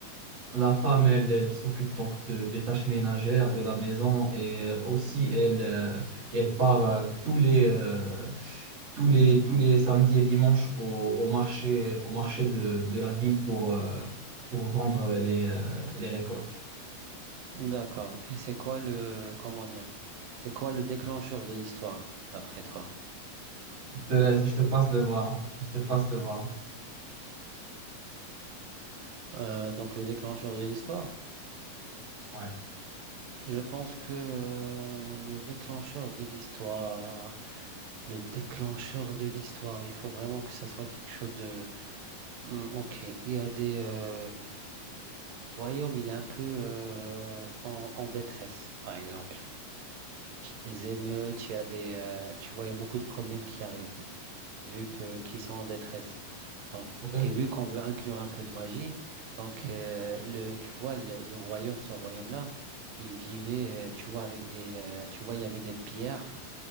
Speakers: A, on the right; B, on the right.
A: la femme, elle, elle s'occupe donc de- des tâches ménagères de la maison et euh, aussi elle, euh, elle part euh, tous les, euh, tous les, tous les samedis et dimanches au, au marché, au marché de, de la ville pour, euh, pour vendre les, euh, les récoltes.
B: D'accord. Et c'est quoi le, comment dire, c'est quoi le déclencheur de l'histoire, d'après toi?
A: Je te laisse- je te passe le ballon. Je te passe le ballon.
B: Euh, donc le déclencheur de l'histoire?
A: Ouais.
B: Je pense que euh, le déclencheur de l'histoire, le déclencheur de l'histoire, il faut vraiment que ça soit quelque chose de... Hmm, ok, il y a des euh, royaumes, il est un peu euh, en, en détresse, par exemple. Les émeutes, il y a des, euh, tu vois, il y a beaucoup de problèmes qui arrivent vu que qu'ils sont en détresse. Donc,
A: Ok.
B: et vu qu'on veut inclure un peu de magie, donc euh, le, tu vois, le, le royaume, ce royaume-là, il vivait, euh, tu vois, avec des, euh, tu vois, il y avait des pierres,